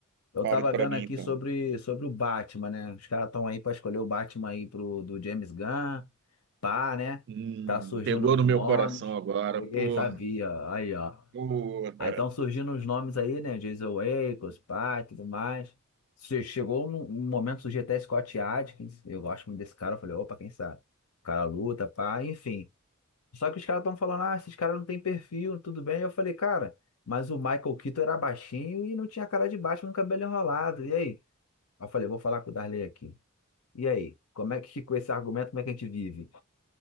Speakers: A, on the left; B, on the right.
A: Eu
B: Fale
A: tava
B: pra
A: vendo
B: mim,
A: aqui
B: então.
A: sobre, sobre o Batman, né? Os caras estão aí pra escolher o Batman aí pro, do James Gunn, pá, né?
B: Hum,
A: Tá surgindo
B: pegou
A: os
B: no meu
A: nomes.
B: coração agora,
A: Peguei,
B: porra,
A: sabia, aí, ó.
B: porra.
A: Aí estão surgindo os nomes aí, né? Jason Ackles, pá, e tudo mais. Che- Chegou um, um momento, surgiu até Scott Adkins. Eu gosto muito desse cara. Eu falei, opa, quem sabe? O cara luta, pá, enfim. Só que os caras estão falando, ah, esses caras não têm perfil, tudo bem. Eu falei, cara, mas o Michael Keaton era baixinho e não tinha cara de baixo no cabelo enrolado. E aí? Aí Eu falei, vou falar com o Darley aqui. E aí? Como é que com esse argumento, como é que a gente vive?